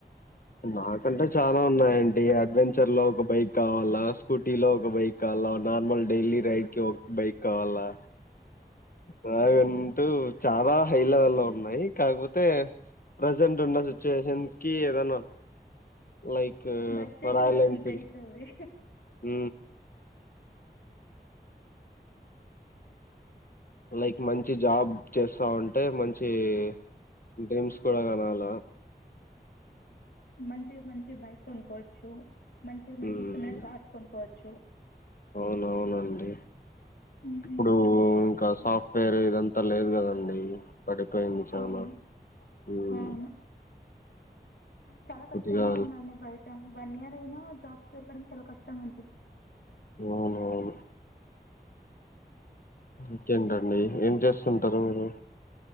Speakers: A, on the left; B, on the left.
A: నాకంటే చాలా ఉన్నాయండి అడ్వెంచర్ లో ఒక బైక్ కావాల స్కూటీ లో ఒక బైక్ కావాలా నార్మల్ డైలీ రైడ్ కి ఒక బైక్ కావాలా నావంటు చాలా హై లెవెల్ లో ఉన్నాయి కాకపోతే ప్రజెంట్ ఉన్న సిచ్యుయేషన్ కి ఏదన్నా లైక్
B: బడ్జెట్
A: రాయల్
B: కూడా
A: ఎన్ఫీల్డ్
B: అంత అయితది
A: ఉ లైక్ మంచి జాబ్ చేస్తా ఉంటే మంచి మంచి డ్రీమ్స్ కూడా కానాలి
B: మంచిగా మంచి బైక్ కొనుక్కోచ్చు చు మంచిగా మనకి
A: మ్మ్
B: ఇష్టమైన కాార్స్ కొనుకోవచ్చు
A: అవునవునండి
B: హ్మ్.
A: ఇప్పుడు కా సాఫట్ వేరు ఇదంతా లేదు కదండి పడిపోయింది చాలా
B: అవును
A: ఉమ్
B: అవును చాలా కష్టంగా
A: కొద్దిగా
B: ఉందండి బయట వన్ ఇయర్ అయినా జాబ్ దొరకడం చాలా కష్టం అని పీస్
A: అవును అవును ఇంకేంటండి ఏం చేస్తుంటారు మీరు